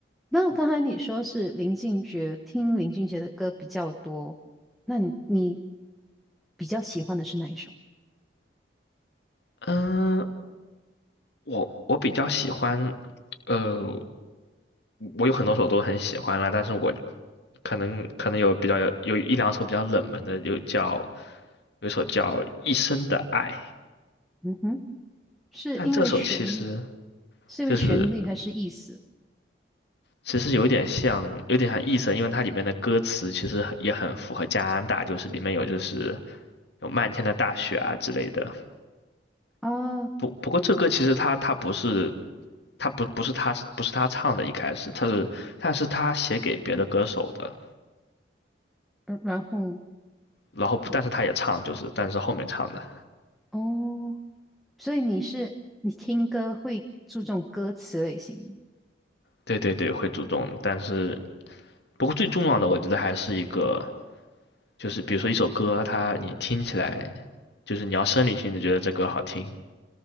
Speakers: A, in the centre; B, on the left.
A: 那刚才你说是林俊杰，听林俊杰的歌比较多，那你你比较喜欢的是哪一首？
B: 嗯，我我比较喜欢，呃，我有很多首都很喜欢啦，但是我可能可能有比较有有一两首比较冷门的，有叫有一首叫《一生的爱》，
A: 嗯哼，是因为旋律，
B: 但这首其实
A: 是因为旋律还是意思
B: 就是其实有点像，有点像意思，因为它里面的歌词其实也很符合加拿大，就是里面有就是有漫天的大雪啊之类的。
A: 啊？
B: 不过这歌其实他他不是他不不是他是不是他唱的，一开始他是但是他写给别的歌手的，
A: 呃然后
B: 然后但是他也唱就是但是后面唱的，
A: 比哦，所以你是你听歌会注重歌词类型的。
B: 对对对会主动，但是不过最重要的我觉得还是一个就是比如说一首歌，它你听起来就是你要生理性的觉得这歌好听，